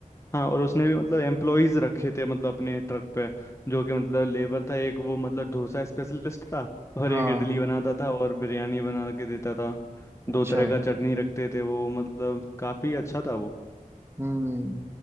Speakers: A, on the left (about 20°); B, on the right (about 20°).
A: हाँ और उसने भी मतलब एम्प्लॉयज रखे थे मतलब अपने ट्रक पे जो कि मतलब लेबर था एक वो मतलब डोसा स्पेशलिस्ट था और
B: हाँ
A: एक इडली बनाता था और बिरयानी बना के देता था
B: अच्छा
A: दो तरह का चटनी रखते थे वो मतलब काफी अच्छा था वो
B: हम्म